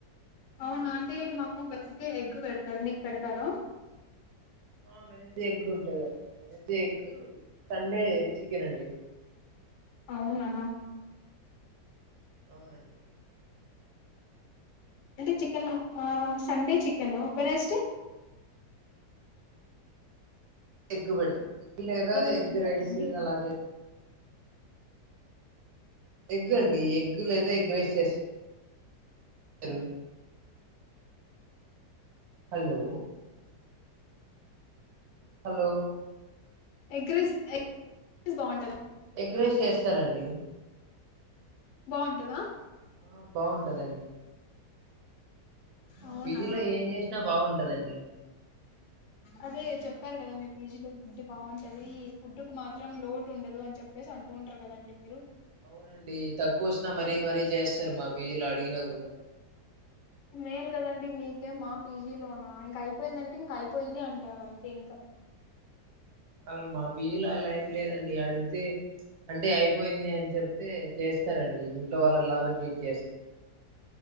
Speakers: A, on the left; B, on the right.
A: అవునా అంటే మాకు వెనస్డే ఎగ్ పెడతారు మీకు పెడతారా
B: ఆ వెనస్డే ఎగ్ ఉంటదండి. Wednesday egg. సండే చికెన్ అండి.
A: అవునా.
B: అవునండి.
A: అంటే చికెన్. ఆహ్ సండే చికెను వెనస్డే
B: ఎగ్గు పెడ్తాం ఎగ్ లేదా
A: వెనస్డే
B: ఎగ్
A: పెడతాండి
B: రైస్ అలా చే ఎగ్ అండి. ఎగ్ లేదా ఎగ్ రైస్ చేస్ <unintelligible> hello hello
A: egg rice, egg rice బాగుంటద
B: ఎగ్ రైస్ చేస్తారండి.
A: బావుంటదా
B: ఆహ్ బాగుంటదండి. మా
A: అవునా
B: పీజీలో ఏం చేసినా బావుం ఉంటాదండి.
A: అదే చెప్పారు. కదా మీ పీజీలో ఫుడ్ బాగుంటది. ఫుడ్ మాత్రం లోటు ఉండదు. అని చెప్పేసి అంటూ ఉంటరు కదండి. మీరు
B: అవునండి. తక్కువ వచ్చినా మరీ మరీ చేస్తారు. మా విధి లో అడిగినా కూడా
A: మేల్ కదండి. మీకే మా పీజీ లోనా ఇంక అయిపోయిందంటే ఇంక అయిపోయింది. అంటారు. అంతే ఇంక.
B: మల్ మా పీజీలో అలా ఏం లేదండి. అడిగితే అంటే అయిపోయింది. అని చెప్తే చేస్తారండి. ఇంట్లో వాళ్ళలాగా ట్రీట్ చేస్తారు.